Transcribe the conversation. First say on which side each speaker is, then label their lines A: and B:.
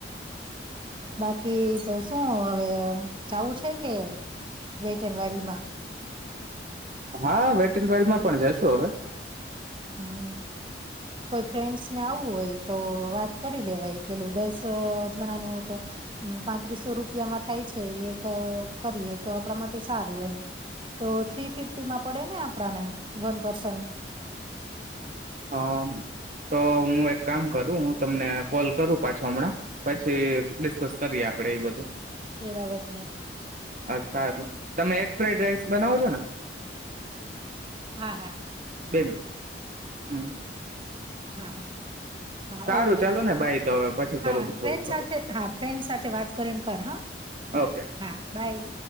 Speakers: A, on the right (about 30°); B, on the right (about 45°).
A: બાકી તો શું હવે જાવું છે કે વેટ એન્ડ વર્લ્ડમાં
B: હા વેટ એન્ડ વર્લ્ડમાં પણ જઈશું હવે
A: હમ કોઈ ફ્રેન્ડસ ને આવું હોય તો વાત કરી લેવાય પેલું દસ જવાનું તો પાંત્રીસો રૂપિયામાં થાય છે એક કરીએ તો આપણા માટે સારું એમ તો થ્રી ફિફ્ટીમાં પડે ને આપણાને વન પર્સન
B: હ તો હું એક કામ કરું હું તમને કોલ કરું પાછા હમણાં પછી ડિસ્કસ કરીએ આપડે એ બધું
A: એ બાબત નહી
B: હ સારું તમે એગ ફ્રાઈડ રાઈસ બનાવો છો ને
A: હા હા
B: <unintelligible> હમ
A: હા હા હા
B: સારું
A: ઓકે
B: ચાલો ને બાય તો હવે પછી કરું
A: હા
B: કોલ
A: ફ્રેન્ડ
B: કરું
A: સાથે હા ફ્રેન્ડ સાથે વાત કરીને કર હા
B: ઓકે બાય
A: હા બાય